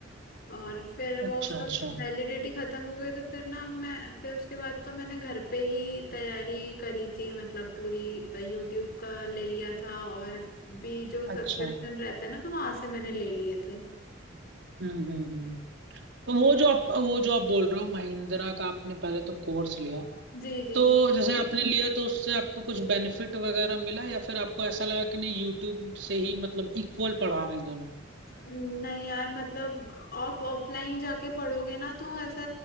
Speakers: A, on the left; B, on the right.
A: और फिर वो
B: अच्छा
A: उसका
B: अच्छा
A: वैलिडिटी खत्म हो गई तो फिर ना मैं फिर उसके बाद तो मैंने घर पे ही तैयारी करी थी मतलब पूरी यूट्यूब का ले लिया था और भी जो सब्सक्रिप्शन
B: अच्छा
A: रहते हैं ना तो वहां से मैंने ले लिए थे
B: हम्म हम्म हम्म तो वो जो आप वो जो आप बोल रहे हो महिंद्रा का आपने पहले तो कोर्स लिया
A: जी जी
B: तो जैसे आपने लिया तो उससे आपको कुछ बेनिफिट वगैरह मिला या फिर आपको ऐसा लगा कि नहीं यूट्यूब से ही मतलब इक्वल पढ़ा रहे हैं दोनों
A: नहीं यार मतलब आप ऑफलाइन जाके पढ़ोगे ना तो ऐसा